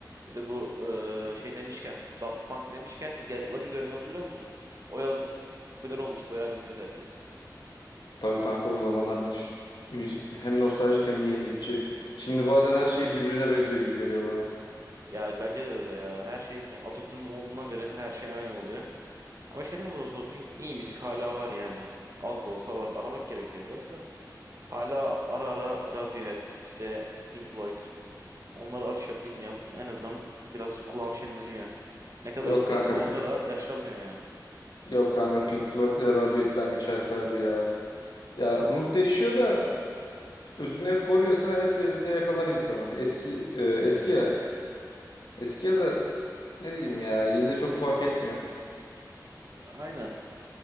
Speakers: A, on the right (about 45°); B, on the left (about 85°).
A: Bir de bu e, şey demişken Daft Punk demişken Get Lucky dönemini hatırlıyor musun? O yaz popüler olmuştu. Bayağı dinliyordu herkes.
B: Tabii kanka o zamanlar müthiş müzik hem nostaljik hem yenilikçi. Şimdi bazen her şey birbirine benziyor gibi geliyor bana.
A: Ya bence de öyle ya. Her şey yani Atatürk'ün olduğundan beri her şey aynı oluyor. Ama işte ne olursa olsun iyi müzik hala var yani. Az da olsa var. Aramak gerekiyor biraz da. Hala ara ara Radiohead, işte Pink Floyd. Onları açıyorum dinliyorum. En azından biraz kulağım şenleniyor. Ne kadar
B: Yok
A: eski
B: kanka
A: olsa
B: p-
A: da yaşlanmıyor yani.
B: yok kanka Pink Floyd'le Radiohead benlik şarkılardı ya. Ya ruh değişiyor da özünü hep koruyorsa hep yerinde yakalar insanı. Eski e, eski ya. Eski ya da ne diyeyim ya yine de çok fark etmiyor.
A: Aynen.